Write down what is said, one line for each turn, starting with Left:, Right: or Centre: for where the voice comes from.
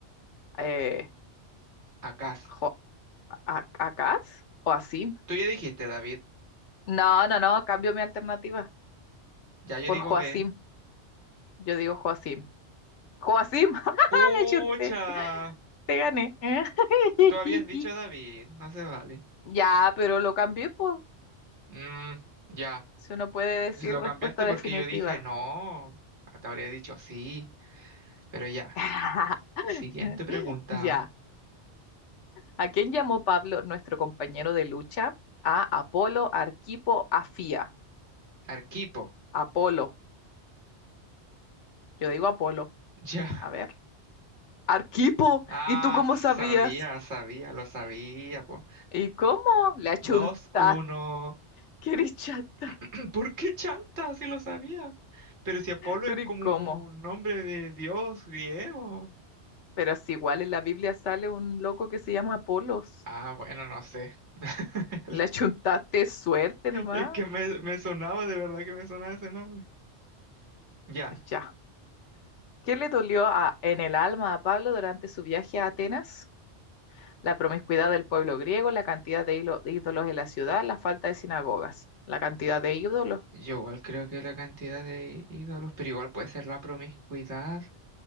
Left: Eh,
Right: Acá.
Left: Jo- A- ¿Acaz? Joacim.
Right: Tú ya dijiste, David.
Left: No, no, no. Cambio mi alternativa
Right: Ya yo
Left: por
Right: digo
Left: Joacim.
Right: B.
Left: Yo digo Joacim. Joacim. <laughs> ¡Ja, ja, ja!
Right: ¡Pucha!
Left: Le chunté. Te gané. <laughs>
Right: Tú habías dicho David, no se vale.
Left: Ya, pero lo cambié, pues.
Right: Mm, ya.
Left: Si uno puede decir
Right: Pues, Lo
Left: respuesta
Right: cambiaste
Left: definitiva.
Right: porque yo dije no. Te habría dicho sí, pero ya.
Left: <laughs>
Right: Siguiente pregunta.
Left: Ya. ¿A quién llamó Pablo, nuestro compañero de lucha? A Apolo, Arquipo, Afía.
Right: Arquipo. <laughs>
Left: Apolo. Yo digo Apolo.
Right: Ya.
Left: A ver. Arquipo.
Right: Ah,
Left: ¿Y tú cómo
Right: sabía,
Left: sabías?
Right: sabía, lo sabía, po.
Left: ¿Y cómo? Le achuntaste.
Right: Dos uno.
Left: <laughs> ¡Qué eres chata!
Right: <clears throat> ¿Por qué chanta si lo sabía? Pero si Apolo
Left: Pero
Right: es como
Left: ¿y cómo?
Right: un nombre de dios griego.
Left: Pero si igual en la Biblia sale un loco que se llama Apolos.
Right: Ah, bueno, no sé. <laughs>
Left: Le achuntaste suerte nomás.
Right: Es que me, me sonaba, de verdad que me sonaba ese nombre. Ya.
Left: Ya. ¿Qué le dolió a- en el alma a Pablo durante su viaje a Atenas? la promiscuidad del pueblo griego, la cantidad de hilo- de ídolos en la ciudad, la falta de sinagogas, la cantidad de ídolos,
Right: Yo igual creo que la cantidad de ídolos, pero igual puede ser la promiscuidad.